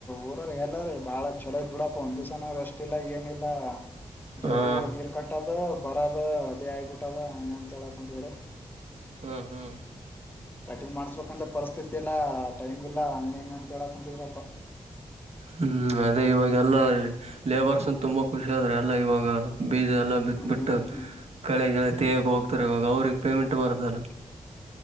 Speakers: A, on the left (about 15°); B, on the right (about 65°).
A: ಊರರು ಎಲ್ಲರು ಬಾಳ ಚಲೋ ಆಯ್ತ್ ಬಿಡಪ್ಪ ಒಂದಿಸಾ ನಾರು ಅಷ್ಟ ಇಲ್ಲ ಏನಿಲ್ಲ. ಡೈಲಿ
B: ಹಾ
A: ಹೋಗ್ ನೀರ್ ಕಟ್ಟದು ಬರದ ಅದೇ ಆಗ್ಬಿಟ್ಟದ ಹಂಗಂತ ಹೇಳಕುಂತಿದ್ರಿ.
B: ಹ್ಮ್ ಹ್ಮ್.
A: ಕಟಿಂಗ್ ಮಾಡ್ಸ್ಬೇಕಂತ ಪರಿಸ್ಥಿತಿ ಇಲ್ಲ ಟೈಮ್ ಇಲ್ಲಾ ಹಂಗ ಹಿಂಗ ಅಂತ ಹೇಳಕ್ ಕುಂತಿದ್ರಪ.
B: ಹ್ಮ್ ಅದೇ ಇವಾಗೆಲ್ಲ ಲೇಬರ್ಸು ತುಂಬಾ ಖುಷಿ ಆದ್ರೆ ಎಲ್ಲಾ ಇವಾಗ. ಬೀಜ ಎಲ್ಲ ಬಿತ್
A: ಹ್ಮ್
B: ಬಿಟ್ಟು ಕಳೆ ಗಿಳೆ ತಗಿಯಕ್ ಹೋಗ್ತಾರ್ ಇವಾಗ ಅವ್ರಿಗ್ ಪೇಮೆಂಟ್ ಬರ್ತದಲ್ಲ.